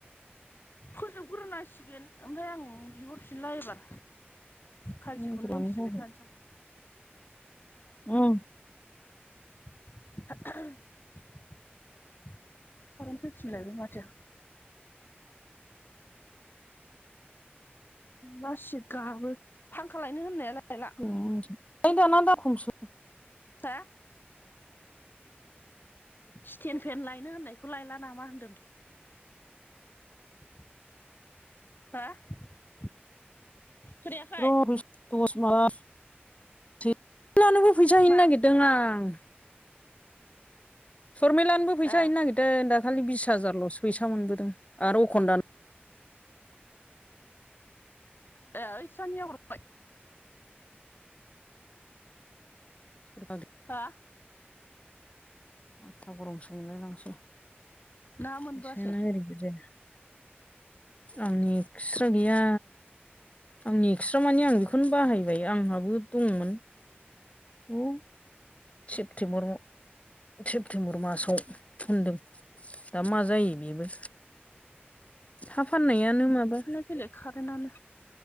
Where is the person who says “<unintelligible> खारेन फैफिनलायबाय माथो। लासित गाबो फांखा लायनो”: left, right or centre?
Left